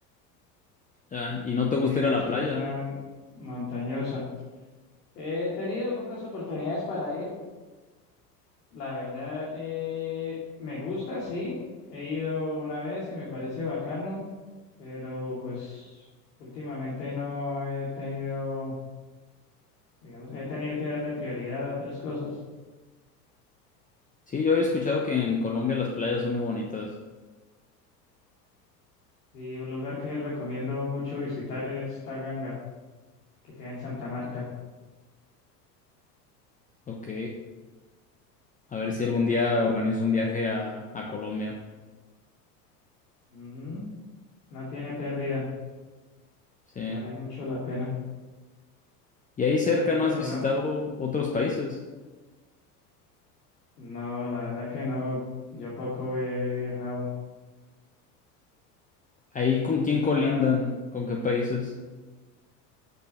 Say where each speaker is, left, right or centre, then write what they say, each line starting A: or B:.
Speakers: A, on the left; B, on the left.
A: ah, ¿y no
B: y
A: te gusta
B: es
A: ir a la playa?
B: una zona montañosa. He tenido pocas oportunidades para ir La verdad, eh, me gusta, sí. He ido una vez y me parece bacano, pero pues últimamente no he tenido, digamos, he tenido que darle prioridad a otras cosas.
A: Sí, yo he escuchado que en Colombia las playas son muy bonitas.
B: Y un lugar que recomiendo mucho visitar es Taganga, que queda en Santa Marta.
A: Ok. A ver si algún día organizo un viaje a, a Colombia.
B: Ujú. No tiene pérdida,
A: Sí.
B: vale mucho la pena.
A: ¿Y ahí cerca
B: Solo
A: no has
B: que
A: visitado
B: no,
A: otros países?
B: no, la verdad que no, yo poco he viajado.
A: ¿Ahí con quién
B: Quizá
A: colindan? ¿Con qué países?